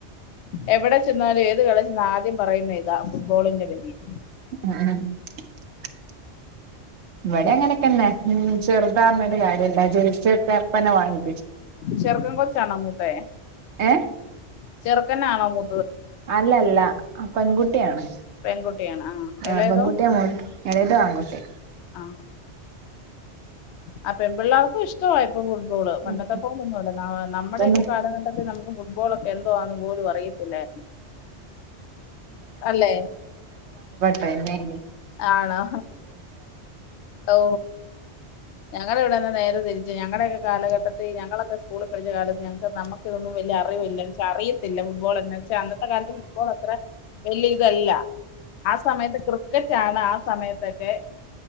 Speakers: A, on the left (about 75°); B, on the right (about 80°).
A: എവടെ ചെന്നാലും ഏത് കടേ ചെന്നാ ആദ്യം പറയുന്ന ഇതാ ഫുട്ബോളിന്റെ ബനിയൻ
B: ആ ഇവടേം അങ്ങനെക്കെന്നെ മ് ചെറ്താ പറ്ഞ്ഞിട്ട് കാര്യല്ല ജെയ്സി ഒക്കെ അപ്പന്നെ വാങ്ങി
A: ചെർക്കൻ കൊച്ചാണോ മൂത്തെ
B: ഏഹ്
A: ചെർക്കനാണോ മൂ
B: അല്ലല്ല പെങ്കുട്ട്യാണ്
A: പെൺകുട്ടിയാണ്
B: ആ
A: ഇളയതോ
B: പെങ്കുട്ട്യാ മൂ എളേത് ആണ് കുട്ടി
A: ആ ആ പെമ്പിള്ളേർക്കും ഇഷ്ട്ടവാ ഇപ്പൊ ഫുട്ബോള് പണ്ടത്തെ
B: ഉം
A: പോലൊ ഒന്നുഅല്ല നമ്മടെക്കെ
B: പിന്നെ
A: കാലഘട്ടത്തിൽ നമുക്ക് ഫുട്ബോൾ ഒക്കെ എന്തോന്ന് പോലും അറിയത്തില്ലായിരുന്നു അല്ലെ
B: തന്നേ
A: ആണോ ഓ ഓ ഞങ്ങളെ ഞങ്ങടെ ഇവടെന്നാ നേരെ തിരിച്ച ഞ ഞങ്ങളെയൊക്കെ കാലഘട്ട ത്ത് ഞങ്ങളൊക്കെ സ്കൂളിൽ പഠിച്ച കാലത്ത് ഞങ്ങക്ക് നമ്മക്കതൊന്നും വല്ല്യ അറിവില്ല അറിയത്തില്ല ഫുട്ബോൾ എ വെച്ചാ അന്നത്തെ കാലത്ത് ഫുട്ബോൾ അത്ര വല്ല്യ ഇതല്ല ആ സമയത്ത് കൃ ക്രിക്കറ്റാണ് ആ സമയത്തൊക്കെ